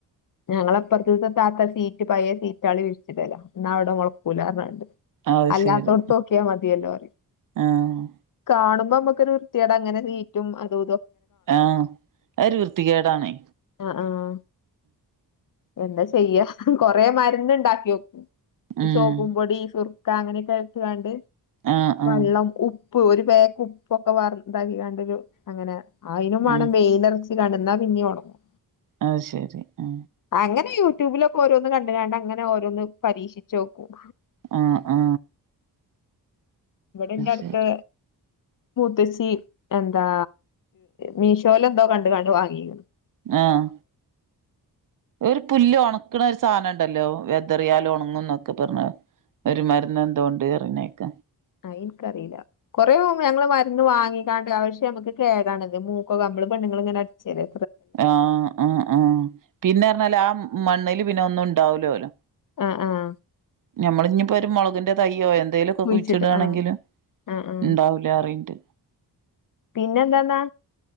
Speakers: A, on the left (about 55°); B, on the right (about 55°).
A: ഞങ്ങള അപ്പറത്തെ താത്ത സീറ്റ് പയ സീറ്റാ ടെ വിരിച്ചിടല എന്ന <unintelligible>
B: അത്
A: അല്ലാത്തോടുത്ത്
B: ശരി
A: നോക്കിയാൽ മതിയല്ലോന്ന് പറ
B: ആഹ്
A: കാണുമ്പോ നമുക്കൊരു വൃത്തിയടെ അങ്ങനെ നീറ്റും അതോ
B: ആഹ അ ഒരു വൃത്തികേടാണേ
A: ആ ആഹ എന്താ ചെയ്യ കൊറെ മരുന്ന് ഉണ്ടാക്കിനോക്കു ഈ
B: ഉം
A: സോപ്പും പൊടി സുർക്ക അങ്ങനെയൊക്കെ വെച്ച്ക്കാണ്ട്
B: ആഹ് ആഹ്
A: വെള്ളം ഉപ്പ ഉപ്പ് ഒരു പേക്ക് ഉപ്പൊക്കെ വ ഇതാക്കി കണ്ട അങ്ങനെ അയിനുംമാണം
B: ഉം
A: വെയിലർ <unintelligible> പിന്നിം ഒണങ്ങും
B: അ ശരി ആ
A: അങ്ങനെ യൂട്യൂബിലൊക്കെ ഓരോന്ന് കണ്ടി കണ്ട് അങ്ങനെ ഓരോന്ന് പരീക്ഷിച്ചു നോക്കും
B: ആ ആ
A: ഇവിടെന്റെ
B: ശരി
A: ടുത്ത് മുത്തച്ചി എന്താ മീഷോൽ എന്തോ കണ്ടങ്ങാണ്ട് വാങ്ങിന്നു <inaudible>
B: ആഹ് ഒരു പുല്ല് ഉണക്കണ ഒരു സാധനം ണ്ടല്ലോ വെതറിയാൽ ഉണങ്ങും ന്നൊക്കെ പറഞ്ഞ ഒരു മരുന്ന് എന്തോണ്ട് പറിണേക്ക
A: അ ഇൻകറീല കൊറേ ഞങ്ങള് അന്ന് വാങ്ങിക്കാണ്ടു പക്ഷെ നമുക്ക് കേടാണത് മൂക്കോ നമ്മള് പെണ്ണങ്ങൾങ്ങനെ അടച്ചല്ലെ
B: ആഹ് ആഹ് ആ പിന്നെറഞ്ഞാല് ആ മണ്ണില് പിന്നൊന്നും ണ്ടാവൂലോലു
A: ആഹ് ആഹ്
B: ഞമ്മളിനിയിപ്പോ ഒരു മുളകിന്റെ തയ്യോ എന്തേലൊക്കെ
A: കുഴിച്ചിട്ട്
B: കുയിച്ചിടാണെങ്കില്
A: ആഹ് ആഹ് ആഹ്
B: ഇണ്ടാവൂല ലാറി ണ്ട്
A: പിന്നെ എന്താന്നാ